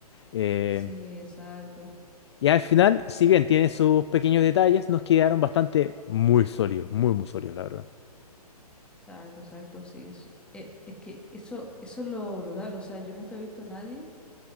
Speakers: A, on the left; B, in the centre.
A: Eh,
B: sí, exacto,
A: y al final, si bien tiene sus pequeños detalles, nos quedaron bastante muy sólidos, muy, muy sólidos, la verdad.
B: exacto, exacto, sí. Es, eh, es que eso, eso es lo brutal, o sea, yo nunca he visto a nadie